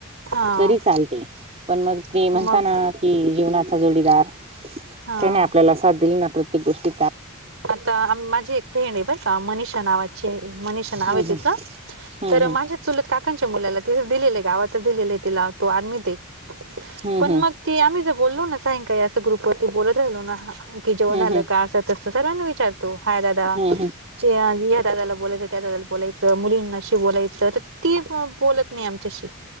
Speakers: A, on the right (about 65°); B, on the right (about 30°).
A: हा
B: तरी चालते पणं मग ते म्हणता
A: मग
B: नां कि जीवनाचा जोडीदार्.
A: हा
B: त्याने आपल्याला साथ दिली नां प्रत्येक गोष्टी.
A: आतां माझी एक फ्रेंड आहे बर् कां मनीषा नावाची. जे मनीषा नावं
B: हम्म
A: आहे. तिच
B: हम्म
A: तर माझ्या. चुलत काकांच्या मुलाला तिथचं दिलेलं आहे. गावाच दिलेलं तिला <inaudible> तो आर्मीत आहे
B: हम्म
A: पण
B: हम्म
A: मगं. ते आम्ही जर् बोललो नां सायंकाळी असं ग्रुपवरती बोलत राहिलो नां की जेवण
B: हम्म
A: झालं
B: हम्म
A: का? असं तसं. सर्वांना विचारतो हाय दादा
B: हम्म हम्म हम्म
A: ते ह्या दादाला, बोलायचं त्या दादाला बोलायचं मुली. अशी बोलायच ती अं बोलत नाही आमच्याशी.